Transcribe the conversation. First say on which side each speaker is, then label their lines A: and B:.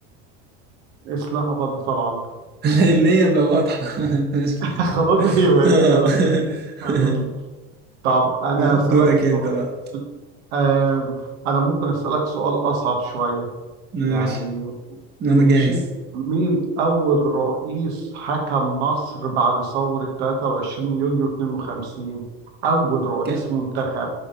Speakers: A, on the right; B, on the right.
A: اسلام اباد طبعا
B: <laughs> لان هي بقى واضحة <laughs> ماشي
A: <laughs> خلاص هي بقت
B: آه.
A: سهلة تمام
B: <laughs>
A: طب انا
B: لا،
A: هسألك
B: دورك
A: سؤال
B: انت بقى
A: آم، انا ممكن أسألك سؤال اصعب شوية
B: ماشي
A: يعني
B: انا
A: ماشي
B: جاهز
A: مين اول رئيس حكم مصر بعد ثورة 23 يوليو 52 اول رئيس
B: كان
A: منتخب